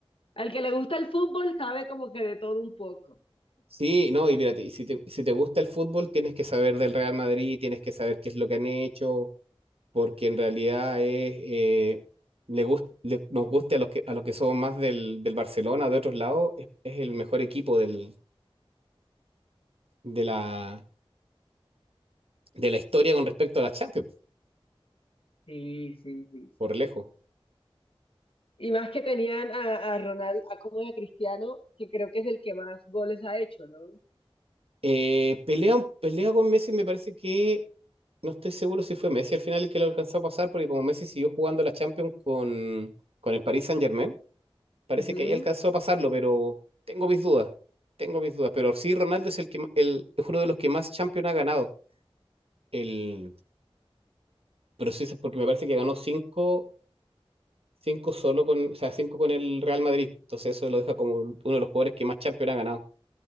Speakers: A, on the left; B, on the right.
A: Al que le gusta el fútbol sabe como que de todo un poco.
B: Sí, no, y mira, y si te, si te gusta el fútbol, tienes que saber del Real Madrid, tienes que saber qué es lo que han hecho, porque en realidad es, eh, le gust- le- nos guste a los que, a los que somos más del, del Barcelona, de otros lados, es, es el mejor equipo del, de la, de la historia con respecto a la Champions,
A: Sí, sí, sí,
B: por
A: sí.
B: lejos.
A: sí. Y más que tenían a, a Ronald, a como a Cristiano, que creo que es el que más goles ha hecho, ¿no?
B: Eh, pelea, pelea con Messi, me parece que no estoy seguro si fue Messi al final el que lo alcanzó a pasar, porque como Messi siguió jugando la Champions con, con el Paris Saint-Germain, parece
A: Ujú.
B: que ahí alcanzó a pasarlo, pero tengo mis dudas, tengo mis dudas. Pero sí, Ronaldo es, el que, ma- el, es uno de los que más Champions ha ganado. El, pero sí, es porque me parece que ganó cinco, cinco solo con, o sea, cinco con el Real Madrid. Entonces eso lo deja como uno de los jugadores que más Champions ha ganado.